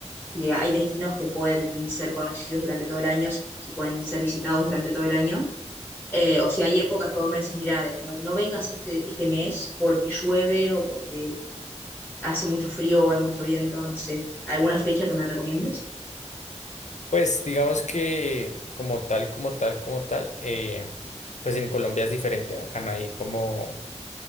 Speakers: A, on the left (about 15°); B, on the left (about 80°).
A: si hay destinos que pueden ser conocidos durante todo el año, si pueden ser visitados durante todo el año, eh, o si hay épocas que vos me decís, mira, no, no vengas este, este mes porque llueve o porque hace mucho frío o hay mucho viento, no sé, ¿alguna fecha que me recomiendes?
B: Pues digamos que como tal, como tal, como tal, eh, pues en Colombia es diferente, acá no hay como,